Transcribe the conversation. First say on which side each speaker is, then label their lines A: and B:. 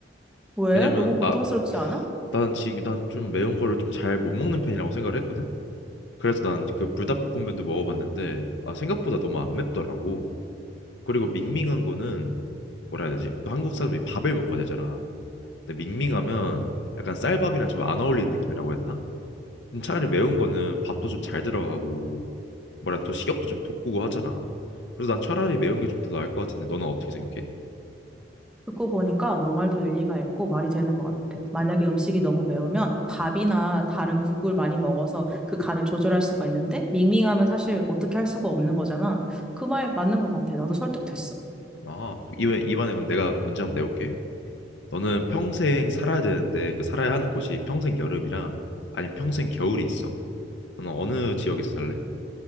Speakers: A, in the centre; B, on the left (about 80°).
A: 왜?
B: 왜냐면
A: 너무 고통스럽지
B: 나
A: 않아?
B: 나는 지금 난좀 매운 거를 좀 잘 못 먹는 편이라고 생각을 했거든. 그래서 난 그 불닭볶음면도 먹어봤는데 아 생각보다 너무 안 맵더라고. 그리고 밍밍한 거는 뭐라 해야 되지? 또 한국 사람이 밥을 먹어야 되잖아. 근데 밍밍하면 약간 쌀밥이랑 좀 안 어울리는 느낌이라고 해야 되나? 그럼 차라리 매운 거는 밥도 좀 잘 들어가고 뭐라 또 식욕도 좀 돋구고 하잖아. 그래서 난 차라리 매운 게 좀 더 나을 것 같은데 너는 어떻게 생각해?
A: 듣고 보니까 너 말도 일리가 있고 말이 되는 것 같아. 만약에 음식이 너무 매우면 밥이나 다른 국을 많이 먹어서 그 간을 조절할 수가 있는데 밍밍하면 사실 어떻게 할 수가 없는 거잖아. 그 말 맞는 것 같아. 나도 설득됐어.
B: 아 이번 이번에 그럼 내가 문제 한번 내볼게. 너는 평생 살아야 되는데 그 살아야 하는 곳이 평생 여름이랑 아니면 평생 겨울이 있어. 너는 어느 지역에서 살래?